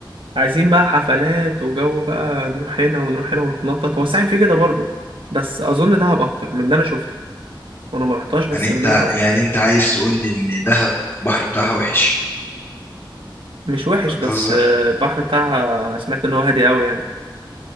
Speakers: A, on the right; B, on the left.
A: عايزين بقى حفلات وجو بقى نروح هنا ونروح هنا ونتنطط هو الساحل فيه كده برضه بس اظن دهب اكتر من اللي انا شفته وانا ما رحتهاش بس
B: يعني انت
A: من اللي انا شفته
B: يعني انت عايز تقول لي ان دهب البحر بتاعها وحش
A: مش وحش
B: انت
A: بس
B: بتهزر
A: آه، البحر بتاعها سمعت ان هو هادي قوي يعني